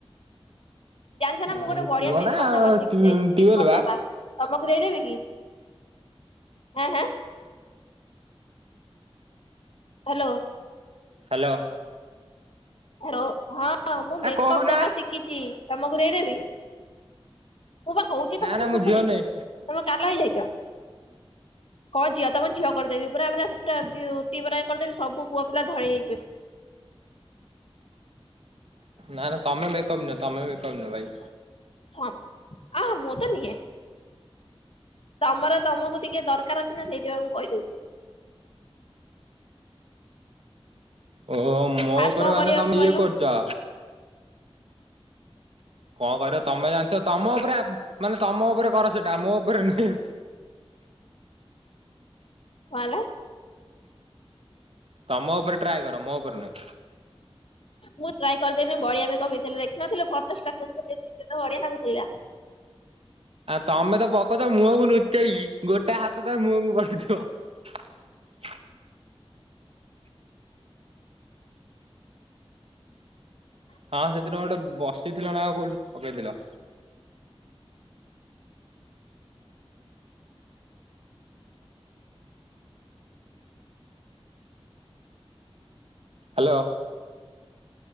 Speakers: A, on the left; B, on the right.
A: ଜାଣିଛ ନା
B: ଉଁ
A: ମୁଁ ଗୋଟେ ବଢିଆ
B: କୁହ
A: ମେକପ୍
B: ନା
A: ନବା ଶିଖି
B: ଟ୍ୟୁବଲ
A: ଯାଇଚି। ମେକପ୍
B: ବା।
A: ଦବା। ତୋମକୁ ଦେଇଦେବି କି? ଆଁ, ହାଁ। ହ୍ୟାଲୋ।
B: ହାଲୋ।
A: ହେ ରଅ ହଁ। ହଁ ମୁଁ
B: ଆ
A: ମେକପ୍
B: କହୁନା
A: ଦବା ଶିକିଚି। ତମକୁ ଦେଇଦେବି? ମୁଁ ବା କହୁଚି
B: ନା
A: ତମକୁ
B: ନା
A: ଶୁଭୁନିକି
B: ମୁଁ ଝିଅ ନୁହେଁ
A: କି ତମେ କାଲ ହେଇଯାଇଚ? କ ଝିଅ ତମ ଝିଅ କରିଦେବି ପୁରାେ ପୁରା ପୁରା ବିଉଟି ପରା କରିଦେବି ସବୁ ପୁଅ ପିଲା ଧଇଁ ହେଇଯିବେ।
B: ନା ନା ତମେ ମେକଅପ ନିଅ ତମେ କଙ୍ଗା ଭାଇ।
A: ସନ୍ ଆହା ମୁ ତ ନିଏ। ତମର ତମକୁ ଟିକେ ଦରକାର ଅଚି ନା ସେଇଥିପାଇ ମୁଁ କହିଦଉଚି।
B: ଓହୋ ମୋ
A: ଫାଷ୍ଟ
B: ଉପରେ
A: କଣ
B: ମାନେ
A: କରିବା
B: ତମେ
A: କହିଲ
B: ଇଏ କରୁଚ। କଅଁ କରିବ ତମେ ଜାଣିଥିବ ତମ ଉପରେ ମାନେ ତମ ଉପରେ କର ସେଟା ମୋ ଉପରେ ନୁହେଁ।
A: କଣ ହେଲା?
B: ତମ ଉପରେ ଟ୍ରାଏ କର ମୋ ଉପରେ ନୁହେଁ।
A: ମୁଁ ଟ୍ରାଏ କରିଦେଲି ବଢିଆ ବଢିଆ ବି କଫି ଥିଲେ ଦେଖିନଥିଲେ ପଚାଶ ଟା ଦେଇଥିଲି କେତେ ବଢଆ ଲାଗୁଥିଲା।
B: ଆଉ ତମେ ତ ପକୋଉଚ ମୁହଁକୁ ନୁ ଚେଇ ଗୋଟେ ହାତ ତାର ମୁହଁକୁ ପଡିଥିବ। ହଁ ସେଦିନ ଗୋଟେ ବସିଥିଲା ନା ଆଉ କୋଉଠି ପକେଇଥିଲ? ହ୍ୟାଲୋ।